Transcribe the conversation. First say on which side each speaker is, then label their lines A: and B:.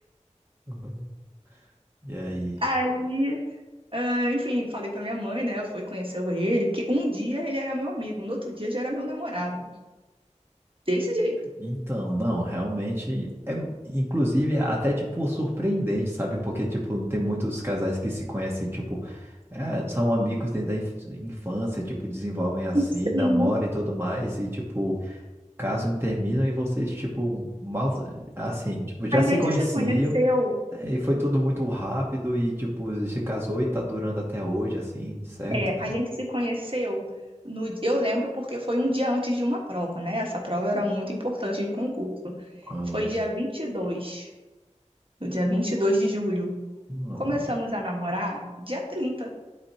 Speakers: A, on the right; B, on the right.
A: Uhum. E aí?
B: Aí, ah, enfim, falei pra minha mãe, né? Foi conhecer ele, que um dia ele era meu amigo, no outro dia já era meu namorado. Desse jeito.
A: Então, não, realmente é, inclusive, é até, tipo, surpreendente, sabe? Porque, tipo, tem muitos casais que se conhecem, tipo, é, são amigos desde a inf- infância, tipo, desenvolvem assim,
B: Sim.
A: namoram e tudo mais, e, tipo, casam e terminam, e vocês, tipo, mal, assim, tipo, já
B: A gente
A: se conheciam,
B: se conheceu.
A: e foi tudo muito rápido, e, tipo, se casou e tá durando até hoje, assim, de certo,
B: É,
A: né?
B: a gente se conheceu no, eu lembro porque foi um dia antes de uma prova, né? Essa prova era muito importante de concurso.
A: Ah,
B: Foi
A: louco.
B: dia 22, no dia 22 de julho.
A: Ah.
B: Começamos a namorar dia 30,